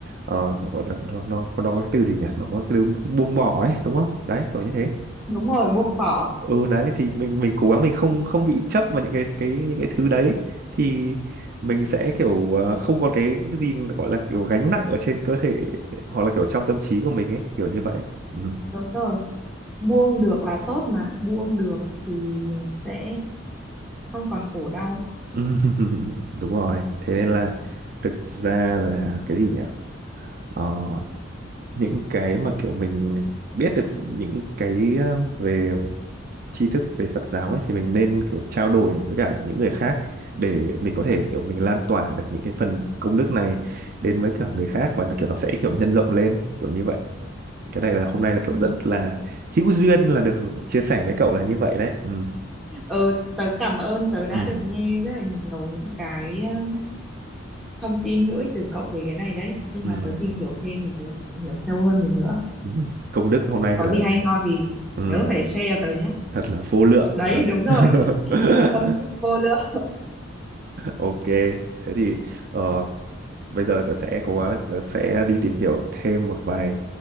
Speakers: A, on the right; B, in the centre.
A: ờ, nó, nó nó nó có cái từ gì nhỉ nó có cái từ buông bỏ ấy đúng không đấy kiểu như thế
B: Đúng rồi, buông bỏ.
A: ừ đấy thì mình mình cố gắng mình không không bị chấp vào những cái cái những cái thứ đấy thì mình sẽ kiểu ờ, không còn cái cái gì mà gọi là kiểu gánh nặng ở trên cơ thể hoặc là kiểu trong tâm trí của mình ấy kiểu như vậy ừ.
B: Đúng rồi. Buông được là tốt mà. Buông được thì mình sẽ không còn khổ đau.
A: <laughs> đúng rồi thế nên là thực ra là cái gì nhỉ Ờ, những cái mà kiểu mình biết được những cái ờ, về tri thức về Phật giáo ấy thì mình nên kiểu trao đổi với cả những người khác để mình có thể kiểu mình lan tỏa được những cái phần công đức này đến với cả người khác và nó kiểu nó sẽ kiểu nhân rộng lên kiểu như vậy cái này là hôm nay là kiểu
B: Ừ.
A: rất là hữu duyên là được chia sẻ với cậu là như vậy đấy ừ.
B: Ờ, tớ cảm ơn tớ đã
A: Ừ.
B: được nghe rất là nhiều những cái um, thông tin hữu ích từ cậu về cái này đấy. Khi
A: Ừ.
B: mà tớ tìm hiểu thêm thì tớ có thể tìm hiểu sâu hơn được nữa.
A: Ừ. công đức hôm nay
B: Có
A: thật là
B: gì hay ho thì
A: ừ.
B: nhớ phải share cho tớ nhé.
A: thật là vô lượng
B: Đấy,
A: và
B: đúng rồi.
A: <laughs>
B: <laughs> Công thức vô lượng.
A: ok thế thì ờ, bây giờ tớ sẽ cố gắng tớ sẽ đi tìm hiểu thêm một vài